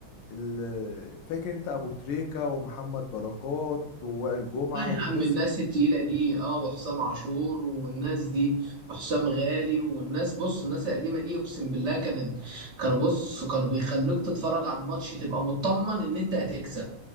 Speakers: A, on the left; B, on the right.
A: ال- فاكر انت ابو تريكة ومحمد بركات ووائل جمعة
B: لا يا
A: والناس
B: عم الناس
A: دي
B: التقيله دي اه وحسام عاشور والناس دي وحسام غالي والناس بص الناس القديمه دي اقسم بالله كانت كانوا بص كانوا بيخلوك تتفرج على الماتش تبقى مطمن ان انت هتكسب